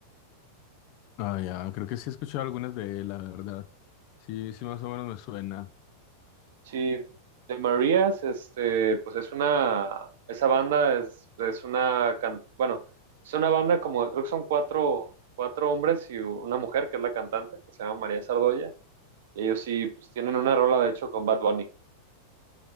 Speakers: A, on the left; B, on the right.
A: Ah, ya, creo que sí he escuchado algunas de él, la verdad. Sí, sí, más o menos me suena.
B: Sí, de Marías, este, pues es una, esa banda es, es una, can- bueno, es una banda como, creo que son cuatro, cuatro hombres y una mujer, que es la cantante, que se llama María Sardoya, y ellos sí, pues, tienen una rola, de hecho, con Bad Bunny.